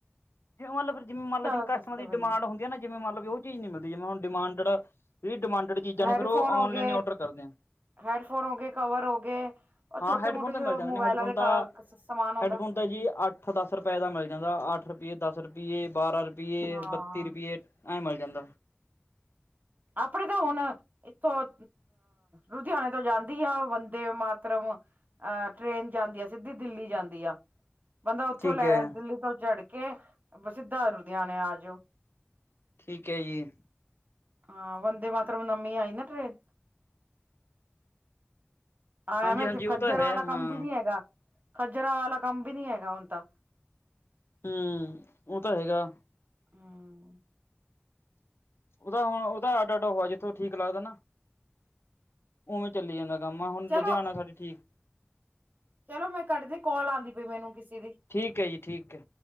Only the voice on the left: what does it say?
ਜਿਮੇ ਮੰਨ ਲੋ ਫੇਰ ਜਿਮੇ ਮੰਨ ਲੋ ਜਿਵੇਂ
ਕੈਸਟਮਰ ਦੀ
ਡਿਮਾਂਡ ਹੁੰ ਜਿਵੇਂ ਮਤਲਬ ਲੋ ਔਹ ਚੀਜ਼ ਨੀ ਮਿਲਦੀ ਜਿਵੇਂ ਹੁਣ ਡਿਮਾਂਡਡ ਵੀ ਡਿਮਾਂਡਡ ਚੀਜ਼ਾਂ ਨੇ
ਫੇਰ ਉਹ
ਔਨਲਾਈਨ
ਏ ਔਡਰ ਕਰਦੇ ਆ।
ਹਾਂ
ਹੈਡਫੋਨ
ਤਾਂ ਮਿਲ ਜਾਦੇ
ਨੇ ਹੈਡਫੋਨ
ਤਾਂ
ਹੈਡਫੋਨ ਤਾਂ ਜੀ ਅੱਜ ਇਕ ਸੌ ਦਸ ਰੁਪਏ ਦਾ ਮਿਲ ਜਾਂਦਾ ਅੱਠ ਰੁਪਿਏ, ਦਸ ਰੁਪਿਏ, ਬਾਰ੍ਹਾਂ ਰੁਪਿਏ,
ਬੱਤੀ ਰੁਪਿਏ ਐਹ ਮਿਲ ਜਾਂਦਾ।
ਠੀਕ
ਹੈ।
ਠੀਕ ਐ ਜੀ।
ਹਾਂਜੀ
ਹਾਂਜੀ
ਉਹ ਤਾਂ ਹੈ
ਹਾਂ
ਹੂੰ ਉਹ ਤਾਂ ਹੈਗਾ।
ਉਹ ਤਾਂ ਅੱਡ ਅੱਡ ਹੋਵਾ ਜਿਥੋ ਠੀਕ ਲੱਗਦਾ ਨਾ। ਔਵੇ ਚੱਲੀ ਜਾਂਦਾ ਕੰਮ ਹੁਣ
ਲੁਧਿਆਣਾ ਸਾਡੇ ਠੀਕ
ਠੀਕ ਐ ਜੀ, ਠੀਕ ਐ